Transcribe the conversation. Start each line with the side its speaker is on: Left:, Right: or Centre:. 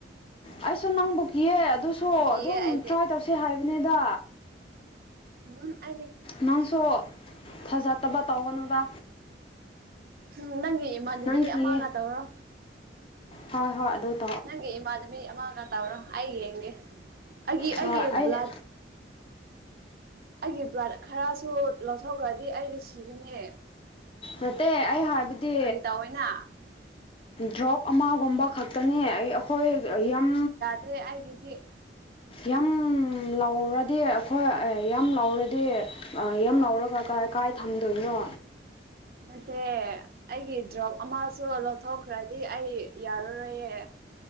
Left: ꯑꯩꯁꯨ ꯅꯪꯕꯨ ꯀꯌꯦ ꯑꯗꯨꯁꯨ
Right: ꯅꯪꯕꯨ ꯀꯤꯌꯦ
Left: ꯑꯗꯨꯝ
Right: ꯑꯩꯗꯤ
Left: ꯇ꯭ꯔꯥꯏ ꯇꯧꯁꯦ ꯍꯥꯏꯕꯅꯤꯗ
Right: ꯎꯝ ꯑ
Left: ꯅꯪꯁꯨ ꯐꯖꯗꯕ ꯇꯧꯒꯅꯨꯕ
Right: ꯎꯝ ꯅꯪꯒꯤ ꯏꯃꯥꯟꯅꯕꯤ
Left: ꯅꯪ ꯀꯤꯌꯦ
Right: ꯑꯃꯒ ꯇꯧꯔꯣ
Left: ꯍꯣꯏ ꯍꯣꯏ ꯑꯗꯨꯗꯣ
Right: ꯅꯪꯒꯤ ꯏꯃꯥꯗ ꯃꯤ ꯑꯃꯒ ꯇꯥꯕꯔꯣ ꯑꯩ ꯌꯦꯡꯒꯦ ꯑꯩꯒꯤ
Left: ꯍꯣꯏ
Right: ꯑꯩꯒꯤ
Left: ꯑꯩ
Right: ꯕ꯭ꯂꯥ ꯑꯩꯒꯤ ꯕ꯭ꯂꯠ ꯈꯔꯁꯨ ꯂꯧꯊꯣꯛꯈ꯭ꯔꯗꯤ ꯑꯩꯗꯤ ꯁꯤꯒꯅꯦ
Left: ꯅꯠꯇꯦ ꯑꯩ ꯍꯥꯏꯕꯗꯤ
Right: ꯇꯧꯋꯦꯅ
Left: ꯗ꯭ꯔꯣꯞ ꯑꯃꯒꯨꯝꯕ ꯈꯛꯇꯅꯦ ꯑꯩ ꯑꯩꯈꯣꯏ ꯌꯥꯝ
Right: ꯑꯗꯩ ꯑꯩꯒꯤꯗꯤ
Left: ꯌꯥꯝ ꯂꯥꯎꯔꯗꯤ ꯑꯩꯈꯣꯏ ꯌꯥꯝ ꯂꯥꯎꯔꯗꯤ ꯌꯥꯝ ꯂꯧꯔꯒ ꯀꯥꯏ ꯀꯥꯏ ꯊꯝꯗꯣꯏꯅꯣ
Right: ꯅꯠꯇꯦ ꯑꯩꯒꯤ ꯗ꯭ꯔꯣꯞ ꯑꯃꯁꯨ ꯂꯧꯊꯣꯛꯈ꯭ꯔꯗꯤ ꯑꯩ ꯌꯥꯔꯔꯣꯏꯌꯦꯦ